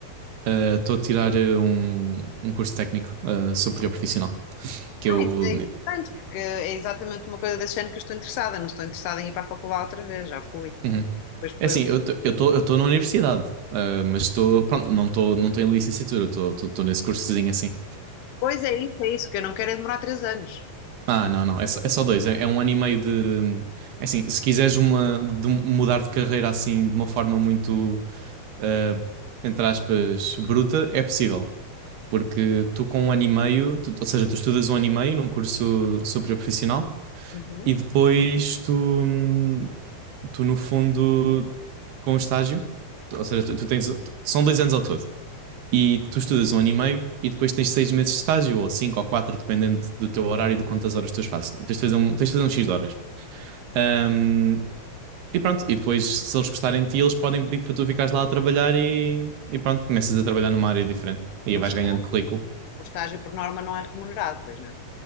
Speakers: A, on the right; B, on the left.
A: Estou a tirar eh, um, um curso técnico eh, superior profissional, que
B: Ah,
A: eu...
B: isso é interessante, porque é exatamente uma coisa desse género que eu estou interessada. Não estou interessada em ir para a faculdade outra vez, já fui.
A: Uhum.
B: Pois,
A: É
B: pois
A: assim, eu estou eu estou na universidade, eh, mas estou... Pronto, não estou não tô em licenciatura, estou nesse cursozinho assim.
B: pois é isso, é isso. O que eu não quero é demorar três anos.
A: Ah, não, não, é só, é só dois, é, é um ano e meio de... É assim, se quiseres uma, de mudar de carreira assim de uma forma muito ah, entre aspas, bruta, é possível. Porque tu com um ano e meio, tu- ou seja, tu estudas um ano e meio num curso superior profissional
B: É?
A: e depois tu, hum, tu no fundo, com o estágio, tu- ou seja, tu, tu tens, tu- são dois anos ao todo e tu estudas um ano e meio e depois tens seis meses de estágio ou cinco ou quatro, dependendo do teu horário e de quantas horas tu fazes. Tens de fazer um, tens de fazer um X de horas. Hum, e pronto, e depois, se eles gostarem de ti, eles podem pedir para tu ficares lá a trabalhar e, e pronto, começas a trabalhar numa área diferente e aí
B: Mas
A: vais
B: o
A: ganhando
B: estágio,
A: currículo.
B: o estágio, por norma não é remunerado, pois não?